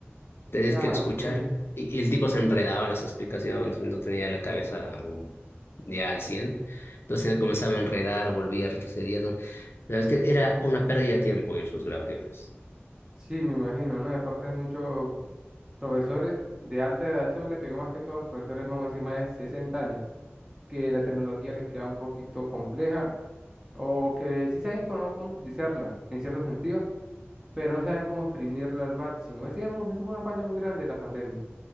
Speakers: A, on the left; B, on the right.
A: Tenías
B: ya,
A: que escuchar.
B: ok.
A: Y, y el tipo se enredaba en las explicaciones, no tenía la cabeza um, ya al cien Entonces comenzaba a enredar, volvía, retrocedía. todo. La verdad es que era una pérdida de tiempo ir sus grabaciones.
B: Sí, me imagino, ¿no? Y aparte hay muchos Profesores de alta edad, eso le pegó más que todos los profesores, vamos a decir, más de 60 años, que la tecnología les queda un poquito compleja o que sí saben cómo, cómo utilizarla en cierto sentido, pero no saben cómo exprimirla al máximo. Es que mu- esa fue una falla muy grande de la pandemia,